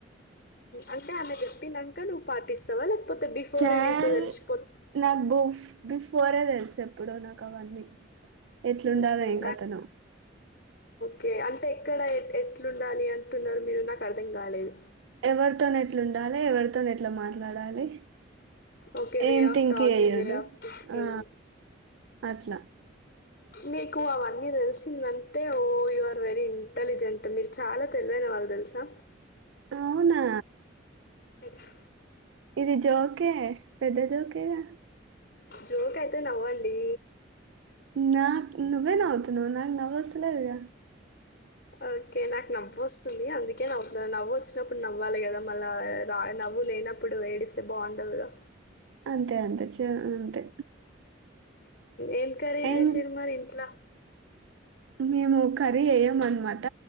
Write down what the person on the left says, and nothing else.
అంటే ఆమె చెప్పాక నువ్వు పాటిస్తావ పోతే బిఫోర్
నీకు తెలిసిపో
మ్మ్.
కె అంటే ఎక్కడ ఎ ఎట్లుండాలి అంటున్నారు మీరు నాకు అర్థం కాలేదు
ఓకే వే
ఆఫ్
టాకింగ్
వే ఆఫ్ థంకింగ్
మీకు అవన్నీ తెలిసిందంటే ఓ యు వ ఆర్ వెరీ ఇంటలిజెంట్ మీరు చాలా తెలివైన వాళ్ళు తెలుసా
ఉ హ్
జోక్ అయితే నవ్వండీ
ఓకే నాకు నవ్్వ వస్తుంది అందుకే్వు నవ్వు వచ్చినప్పుడు నవ్వాలి కదా మళ్ళా రా నవ్వు లేనప్పుడు వేడిస్తే బాగుండదుగా
ఏమ్ ఇంకరేజ్
చేసిారు మరి ఇంట్లా